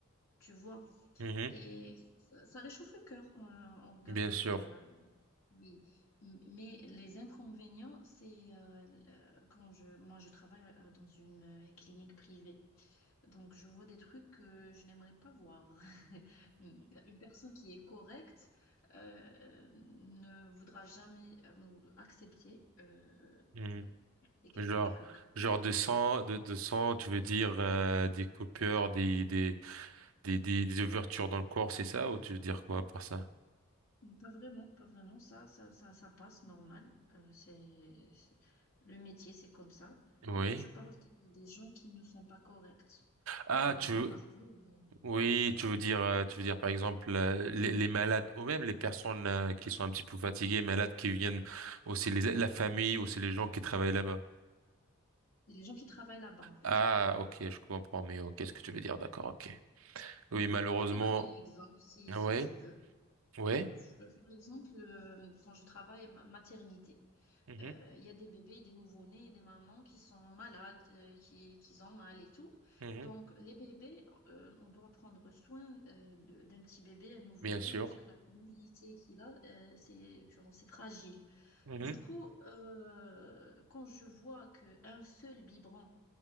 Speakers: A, on the left; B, on the right.
A: tu vois.
B: Mhm.
A: Et ça, ça réchauffe le cœur en, en regardant
B: Bien sûr.
A: Hakka. Oui, M- mais les inconvénients, c'est euh, le- quand je, moi, je travaille euh, dans une euh, clinique privée, donc je vois des trucs que je n'aimerais pas voir. <laughs> Une personne qui est correcte euh, ne voudra jamais euh, accepter euh,
B: <laughs>
A: euh, ces quelques
B: Genre,
A: trucs.
B: genre de sang, de, de sang, tu veux dire euh, des coupures, des, des, des, des, des ouvertures dans le corps, c'est ça? Ou tu veux dire quoi par ça?
A: Pas vraiment, pas vraiment. Ça, ça, ça, ça passe normal. Euh, c'est, c'est- le métier, c'est comme ça.
B: Oui.
A: Mais je parle des des gens qui ne sont pas corrects.
B: Ah,
A: On voit
B: tu
A: ça
B: veux,
A: partout. mais
B: oui, tu veux dire, euh, tu veux dire par exemple euh, les, les malades ou même les personnes euh, qui sont un petit peu fatiguées, malades qui viennent aussi les, la famille, aussi les gens qui travaillent là-bas.
A: C'est les gens qui travaillent là-bas, en fait.
B: Ah, ok, je comprends mieux. quest ce que tu veux dire, d'accord, ok. Oui, malheureusement,
A: Je peux te donner un exemple si,
B: ah
A: si
B: ouais,
A: tu veux.
B: ouais,
A: Je- par exemple, euh, quand je travaille ma- maternité.
B: mhm,
A: Euh, Il y a des bébés, des nouveau-nés, des mamans qui sont malades, euh, qui, qui ont mal et tout.
B: mhm,
A: Donc, les bébés, euh, on doit prendre soin euh, de- d'un petit bébé, un nouveau-né,
B: bien sûr.
A: parce que la mobilité qu'il a, euh, c'est genre, c'est fragile.
B: Mhm.
A: Du coup, euh, quand je vois qu'un seul biberon,